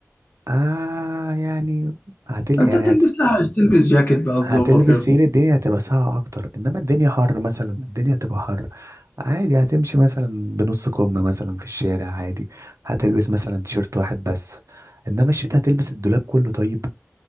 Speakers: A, on the right; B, on the left.
A: آه يعني هتل
B: أنت
A: يعني
B: تلبس لها تلبس جاكيت بقى
A: هتلبس
B: تظبط لبسك
A: تقيل الدنيا هتبقى ساقعة أكتر إنما الدنيا حر مثلا الدنيا هتبقى حر عادي هتمشي مثلا بنص كم مثلا في الشارع عادي هتلبس مثلا تيشيرت واحد بس إنما الشتا هتلبس الدولاب كله طيب